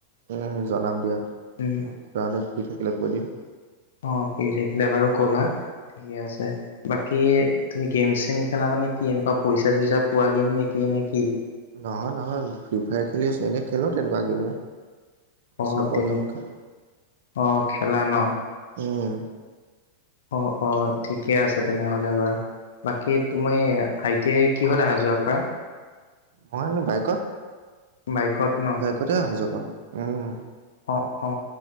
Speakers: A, on the right; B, on the left.
A: উম জনাম দিয়া।
B: উম
A: খুৰালে ফ্ৰী থাকিলে কৈ দিম।
B: অ ফ্ৰী থাকিলে বাৰু কবা ঠিকে আছে। বাকী তুমি গেম - চেম খেলা মানে কি এনেকুৱা পইচা - চইচা পোৱা গেম নেকি নে নেকি?
A: নহয় - নহয় ফ্ৰী ফায়াৰ খেলি আছোঁ এনেই খেলোঁ তেনেকুৱা গেমো।
B: অ
A: চপোৱাে
B: তেনে
A: গেমো খেলো
B: অ খেলা ন
A: ওম।
B: অ অ ঠিকে আছে তেনেহ'লে বাৰু। বাকী তুমিৰ আই টি আইৰ কিহত অহা যোৱা কৰা?
A: মইনো বাইকত।
B: বাইকত ন?
A: বাইকতে আহা যোৱা কৰ? উম।
B: অ অ অ